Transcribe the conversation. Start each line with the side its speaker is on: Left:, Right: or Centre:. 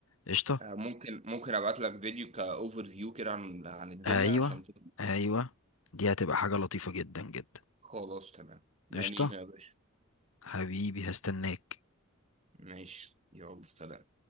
Left: قشطة
Right: آه، ممكن ممكن ابعت لك فيديو كاوفر فيو كده عن عن الدنيا
Left: ايوه
Right: عشان تبقى-
Left: ايوه دي هتبقى حاجة لطيفة جدا جدا
Right: خلاص تمام يعني
Left: قشطة
Right: يا باشا
Left: حبيبي هستناك
Right: ماشي يلا سلام